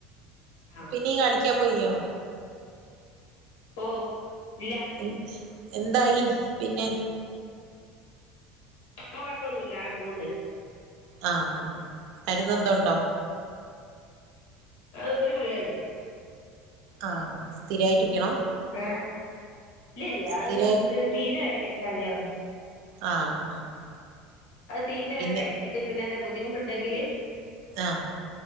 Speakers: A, on the left; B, on the right.
A: ആഹ്
B: പിന്നീ കാണിക്കാൻ പോയിന്യോ?
A: ഓ ഇല്ല
B: ഇൽ എന്തായി? പിന്നെ
A: ആ കൊഴപ്പൊന്നുമല്ല ഞാൻ പോ ഉണ്ട്.
B: ആഹ് മരന്ന് എന്തുണ്ടോ?
A: അ ഒരു ഗുളികണ്ട്.
B: ആഹ് സ്ഥിരായിറ്റുടിക്കണോ?
A: ഹേ ഇല്ല ഇല്ല
B: സ്ഥിരായിട്ട്
A: അത് തീരെ വരെ കഴ ചരിറിഞ്ഞ.
B: ആഹ് ആഹ്.
A: അത് തീരിനെ
B: പിന്നെ
A: വരെ കഴിച്ചിട്ട് പിന്നെ എന്തെ ബു ബുദ്ധിമുട്ടുണ്ടങ്കില്
B: ആഹ്